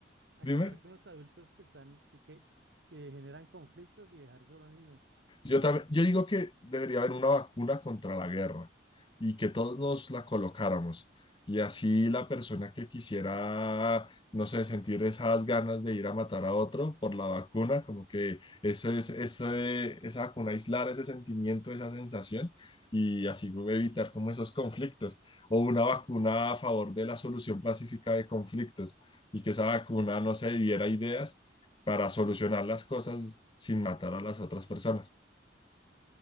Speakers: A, on the right; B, on the left.
A: acabar
B: dime.
A: con los adultos que están, que, que, que generan conflictos y dejar solo niños.
B: Sí, Yo también, yo digo que debería haber una vacuna contra la guerra y que todos nos la colocáramos. Y así la persona que quisiera, no sé, sentir esas ganas de ir a matar a otro por la vacuna, como que eso es, eso es- esa vacuna aislar ese sentimiento, esa sensación y así evitar como esos conflictos. O una vacuna a favor de la solución pacífica de conflictos y que esa vacuna, no se diera ideas para solucionar las cosas sin matar a las otras personas.